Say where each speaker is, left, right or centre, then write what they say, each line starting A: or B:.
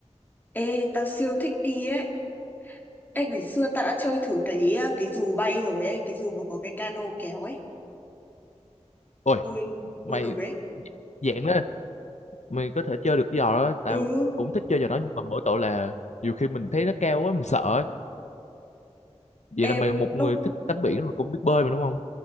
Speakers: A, on the left (about 15°); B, on the left (about 75°).
A: Ê, tao siêu thích đi ấy. Ê, ngày xưa tao đã chơi thử cái ờ, cái dù bay rồi ấy, cái dù mà có cái cano kéo ấy.
B: ôi
A: Vui,
B: mày
A: vui cực ấy.
B: dạng đó mày có thể chơi được cái giò đó tao
A: Ừ,
B: cũng thích chơi trò đó nhưng mà mỗi tội là nhiều khi mình thấy nó cao quá mình sợ ấy. vậy
A: em
B: là mày một
A: lúc
B: người thích tắm biển rồi cũng biết bơi mà đúng không